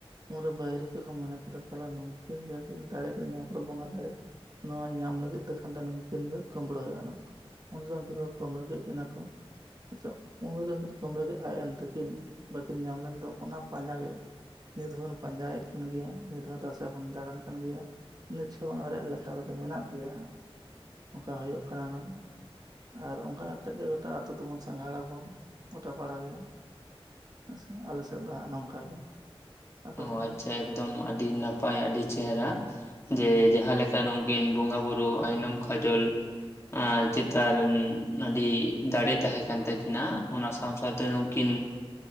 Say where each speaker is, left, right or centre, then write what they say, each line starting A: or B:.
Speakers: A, on the right; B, on the left.
A: ᱩᱱᱨᱮ ᱵᱟᱭᱨᱤ ᱫᱚᱠᱚ ᱢᱚᱱᱮ ᱠᱮᱫᱟ ᱛᱟᱦᱚᱞᱮ ᱱᱩᱠᱤᱱ ᱡᱟᱦᱟᱸ ᱫᱟᱲᱮ ᱠᱤᱱ ᱧᱟᱢ ᱠᱟᱫᱟ ᱵᱚᱸᱜᱟ ᱫᱟᱲᱮ ᱱᱚᱣᱟ ᱧᱟᱢ ᱞᱟᱹᱜᱤᱫ ᱠᱷᱟᱱ ᱫᱚ ᱱᱩᱠᱤᱱ ᱜᱮ ᱠᱩᱢᱲᱟᱹ ᱦᱩᱭᱩᱜᱼᱟ᱾ ᱩᱱᱨᱮ ᱩᱱᱠᱤᱱ ᱠᱟᱹᱢ ᱠᱮᱫ ᱠᱤᱱᱟ ᱠᱚ᱾ ᱥᱮ ᱩᱱ ᱨᱮᱱᱠᱤᱱ ᱠᱚᱢ ᱨᱮᱜᱮ ᱟᱡ ᱮᱱ ᱫᱚᱠᱤᱱ ᱵᱟᱹᱠᱤᱱ ᱧᱟᱢ ᱞᱮᱱ ᱫᱚ ᱚᱱᱟ ᱯᱟᱸᱡᱟ ᱜᱮ ᱱᱤᱛ ᱫᱷᱚᱱ ᱯᱟᱸᱡᱟᱭᱮᱫ ᱠᱟᱱ ᱜᱮᱭᱟ ᱱᱤᱛ ᱦᱚᱸ ᱫᱟᱸᱥᱟᱭ ᱵᱚᱱ ᱫᱟᱬᱟᱱ ᱠᱟᱱ ᱜᱮᱭᱟ ᱱᱤᱛ ᱦᱚᱸ ᱚᱱᱟ ᱨᱮᱭᱟᱜ ᱞᱮᱠ ᱨᱮᱫᱚ ᱢᱮᱱᱟᱜ ᱜᱮᱭᱟ ᱦᱟᱸ ᱚᱱᱠᱟ ᱦᱩᱭᱩᱜ ᱠᱟᱱᱟ ᱱᱟ ᱟᱨ ᱚᱱᱠᱟ ᱠᱟ ᱠᱟᱛᱮᱫ ᱜᱮ ᱜᱚᱴᱟ ᱟᱛᱳ ᱛᱮᱵᱚᱱ ᱥᱟᱸᱜᱷᱟᱨ ᱟᱵᱚᱱ ᱜᱚᱴᱟ ᱯᱟᱲᱟ ᱜᱮ ᱦᱮᱸ ᱥᱮ ᱟᱞᱮ ᱥᱮᱫ ᱫᱚ ᱦᱟᱸᱜ ᱱᱚᱝᱠᱟ ᱜᱮ ᱟᱯᱮ
B: ᱚ
A: ᱥᱮᱫ
B: ᱟᱪᱪᱷᱟ
A: ᱫᱚ
B: ᱮᱠᱫᱚᱢ ᱟᱹᱰᱤ ᱱᱟᱯᱟᱭ ᱟᱹᱰᱤ ᱪᱮᱦᱨᱟ ᱡᱮ ᱡᱟᱦᱟᱸ ᱞᱮᱠᱟ ᱱᱩᱠᱤᱱ ᱵᱚᱸᱜᱟ ᱵᱩᱨᱩ ᱟᱭᱱᱚᱢ ᱠᱟᱡᱚᱞ ᱟᱸ ᱪᱮᱛᱟᱱ ᱟᱹᱰᱤ ᱫᱟᱲᱮ ᱛᱟᱦᱮᱸ ᱠᱟᱱ ᱛᱟᱹᱠᱤᱱᱟ ᱚᱱᱟ ᱥᱟᱶ-ᱥᱟᱶᱛᱮ ᱠᱤᱱ